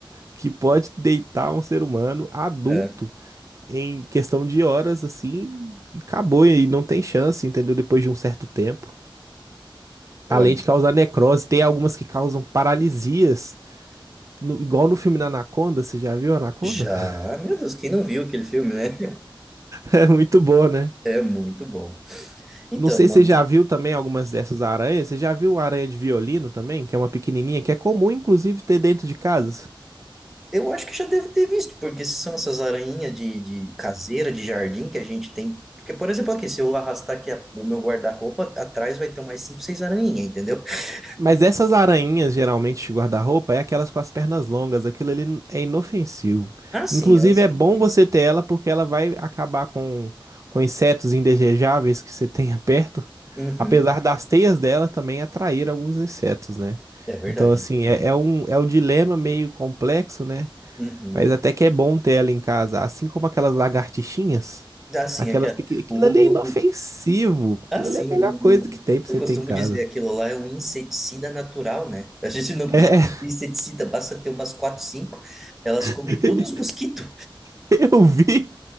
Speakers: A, on the right; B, in the centre.
A: que pode deitar um ser humano adulto
B: aham.
A: em questão de horas, assim, e acabou e não tem chance, entendeu? Depois de um certo tempo.
B: Olha,
A: Além de causar necrose, tem algumas que causam paralisias, no- igual no filme da Anaconda, você já viu Anaconda?
B: já,
A: <laughs>
B: meu Deus, quem não viu aquele filme, né?
A: É muito boa, né?
B: <laughs> É muito bom. Então,
A: Não sei
B: mano.
A: se você já viu também algumas dessas aranhas. Você já viu a aranha de violino também, que é uma pequenininha, que é comum, inclusive, ter dentro de casa?
B: Eu acho que já devo ter visto, porque se são essas aranhinhas de, de caseira, de jardim que a gente tem. Porque, por exemplo, aqui, se eu arrastar aqui a- o meu guarda-roupa, atrás vai ter mais cinco, seis aranhinhas, entendeu? <laughs>
A: Mas essas aranhas, geralmente, de guarda-roupa, é aquelas com as pernas longas. Aquilo ali n- é inofensivo.
B: Ah, sim,
A: Inclusive,
B: eu sou
A: é
B: inofensivo.
A: bom você ter ela porque ela vai acabar com, com insetos indesejáveis que você <laughs> tenha perto.
B: Uhum.
A: Apesar das teias dela também atrair alguns insetos, né?
B: É verdade,
A: Então, assim,
B: é verdade.
A: é, é um, é um dilema meio complexo, né?
B: Uhum.
A: Mas até que é bom ter ela em casa. Assim como aquelas lagartixinhas,
B: Ah, sim,
A: aquelas
B: é que a-
A: pequenas. Aquilo
B: o,
A: ali
B: o,
A: é inofensivo.
B: o-
A: Aquilo
B: ah, sim,
A: ali é a melhor
B: o, o-
A: coisa que tem pra
B: eu
A: você
B: costumo
A: ter em casa.
B: dizer aquilo lá é um inseticida natural, né? A gente não precisa
A: É.
B: de inseticida, basta ter umas quatro, cinco, elas comem
A: <laughs>
B: todos os mosquitos.
A: <laughs> Eu vi,